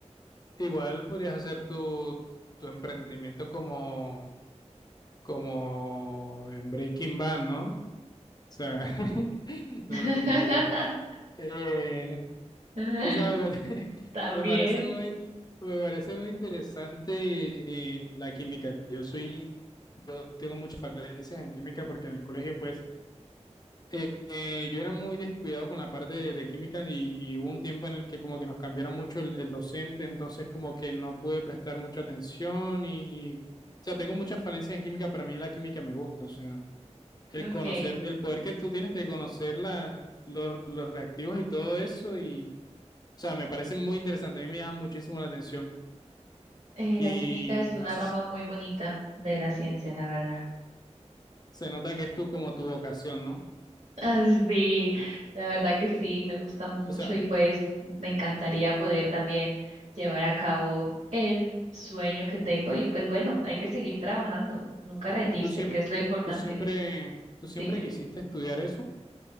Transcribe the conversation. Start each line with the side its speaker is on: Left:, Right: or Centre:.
Left: Igual podrías hacer tu, tu emprendimiento como, como en Breaking Bad, ¿no? O sea, <laughs> no,
Right: <laughs>
Left: mentira. Eh,
Right: <laughs>
Left: O sea, me pare-
Right: También.
Left: <laughs> me parece, muy, me parece muy interesante eh, la química. Yo soy, yo tengo muchas falencias en química porque en el colegio, pues, eh, eh, yo era muy descuidado con la parte de, de química y, y hubo un tiempo en el que como que nos cambiaron mucho el, el docente, entonces como que no pude prestar mucha atención y, y, o sea, tengo muchas falencias en química, pero a mí la química me gusta, o sea, el
Right: Ok.
Left: conocer,
Right: Eh,
Left: el poder que tú tienes de conocer la, los, los reactivos y todo eso o sea, me parece muy interesante, a mí me llama muchísimo la atención
Right: la
Left: y
Right: química es una
Left: as-
Right: rama muy bonita de la ciencia, la verdad. <laughs>
Left: se nota que es tú como tu vocación, ¿no?
Right: Ah, sí, la verdad que sí, me gusta mucho
Left: O sea,
Right: y pues me encantaría poder también llevar a cabo el sueño que tengo y pues bueno, hay que seguir trabajando, nunca rendirse,
Left: tú siempre,
Right: que es lo importante.
Left: tú siempre, tú siempre
Right: Dime.
Left: quisiste estudiar eso.